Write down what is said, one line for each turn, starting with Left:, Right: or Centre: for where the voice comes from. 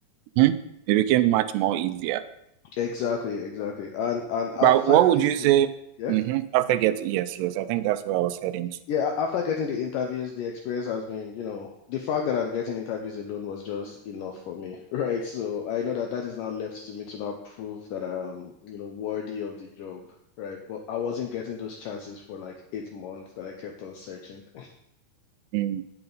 Right: Mhm. It became much more easier.
Left: exactly exactly and and after
Right: But what would
Left: getting
Right: you say?
Left: yeah
Right: hmm After getting, yes, yes, I think that's where I was heading to.
Left: Yeah, after getting the interviews, the experience has been, you know, the fact that I'm getting interviews alone was just enough for me, <laughs> right? So I know that that is now left to me to now prove that I'm, you know, worthy of the job, right? But I wasn't getting those chances for like eight months that I kept on searching. <laughs>
Right: Mm-hmm.